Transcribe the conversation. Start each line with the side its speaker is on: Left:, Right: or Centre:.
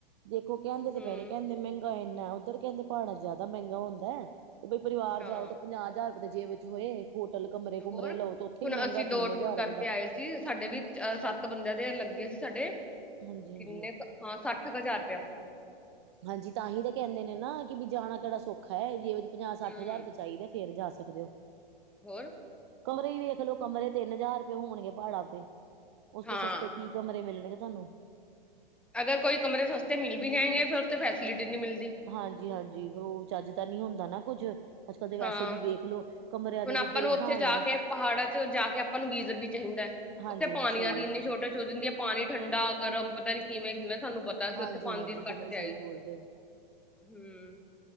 Right: ਦੇਖੋ। ਕਹਿੰਦੇ ਤੇ
Centre: ਹੂੰ
Right: ਪਏ ਨੇ ਕਹਿੰਦੇ ਮਹਿੰਗਾ ਇੰਨਾ ਉੱਧਰ ਕਹਿੰਦੇ ਪਾਹੜਾ ਚ ਜਿਆਦਾ ਮਹਿੰਗਾ ਹੁੰਦਾ। ਤੇ ਬਈ ਪਰਿਵਾਰ
Centre: ਹਾਂ
Right: ਜਾਓ ਤਾਂ ਪੰਜਾਹ ਹਜ਼ਾਰ ਰੁਪਏ ਦੇ ਜੇਬ ਵਿੱਚ ਹੋਏ ਨੀ। ਹੋਟਲ ਕਮਰੇ
Centre: ਤੇ
Right: -ਕੁਮਰੇ
Centre: ਹੋਰ
Right: ਲਓ ਤਾਂ ਉੱਥੇ
Centre: ਹੁਣ
Right: ਹੀ ਮਹਿੰਗਾ
Centre: ਅਸੀਂ ਦੋ
Right: ਤਿੰਨ
Centre: ਟੂਰ
Right: ਹਜ਼ਾਰ ਰੁਪਏ
Centre: ਕਰਕੇ
Right: ਦਾ।
Centre: ਆਏ ਸੀ ਸਾਡੇ ਵੀ ਅ ਸੱਤ ਬੰਦਿਆਂ ਦੇ ਲੱਗੇ ਸੀ ਸਾਡੇ,
Right: ਹਾਂਜੀ
Centre: ਕਿੰਨੇ
Right: ਹਾਂਜੀ
Centre: ਕੁ ਹਾਂ ਸੱਠ ਕੁ ਹਜ਼ਾਰ ਰੁਪਇਆ।
Right: ਹਾਂਜੀ ਤਾਂਹੀ ਤਾਂ ਕਹਿੰਦੇ ਨੇ ਨਾ ਕਿ ਵੀ ਜਾਣਾ ਕਿਹੜਾ ਸੌਖਾ ਹੈ ਜੇ ਪੰਜਾਹ-ਸੱਠ
Centre: ਹੂੰ
Right: ਹਜ਼ਾਰ ਰੁਪਏ ਚਾਈਦਾ। ਫਿਰ ਜਾ ਸਕਦੇ ਓ।
Centre: ਹੋਰ।
Right: ਕਮਰੇ ਵੀ ਵੇਖਲਓ ਕਮਰੇ ਤਿੰਨ ਹਜ਼ਾਰ ਰੁਪਏ ਹੋਣਗੇ ਪਹਾੜਾਂ ਤੇ ਉਸ ਤੋਂ
Centre: ਹਾਂ
Right: ਸਸਤੇ ਕੀ। ਕਮਰੇ ਮਿਲਣਗੇ ਤੁਹਾਨੂੰ।
Centre: ਅਗਰ ਕੋਈ ਕਮਰੇ ਸਸਤੇ ਮਿਲ ਵੀ ਜਾਏਗੇ ਫਿਰ ਉਥੇ ਫੈਸਿਲਿਟੀ ਨਹੀਂ ਮਿਲਦੀ।
Right: ਹਾਂਜੀ ਹਾਂਜੀ, ਵੋ ਚੱਜ ਤਾਂ ਨਹੀਂ ਹੁੰਦਾ ਨਾ ਕੁੱਝ। ਕੱਲ ਦੇ ਵੈਸੇ
Centre: ਹਾਂ
Right: ਵੀ ਵੇਖ ਲੋ ਕਮਰਿਆਂ ਦੇ
Centre: ਹੁਣ
Right: ਵੀ
Centre: ਆਪਾਂ
Right: ਬੁਰੇ
Centre: ਨੂੰ ਉੱਥੇ
Right: ਹਾਲ
Centre: ਜਾ
Right: ਨੇ
Centre: ਕੇ ਪਹਾੜਾਂ ਚ ਜਾ ਕੇ ਆਪਾਂ ਨੂੰ ਗੀਜ਼ਰ ਵੀ ਚਾਹੀਦਾ ਐ।
Right: ਹਾਂਜੀ
Centre: ਉੱਥੇ
Right: ਹਾਂਜੀ
Centre: ਪਾਣੀਆਂ
Right: ਸਹੀ
Centre: ਦੀ ਇੰਨੀ ਸੋਟੀਜ ਹੋ ਜਾਦੀ ਐ। ਪਾਣੀ ਠੰਡਾ-ਗਰਮ ਪਤਾ ਨੀ ਕਿਵੇਂ-ਕਿਵੇਂ ਸਾਨੂੰ ਪਤ ਅਸੀਂ
Right: ਹਾਂਜੀ
Centre: ਉੱਥੇ ਪੰਜ
Right: ਹਾਂਜੀ
Centre: ਦਿਨ
Right: ਜਮਾ
Centre: ਕੱਟ
Right: ਹੀ
Centre: ਕੇ
Right: ਸਹੀ
Centre: ਆਏ ਸੀ।
Right: ਬੋਲ ਰਹੇ ਹੋ
Centre: ਹੂੰ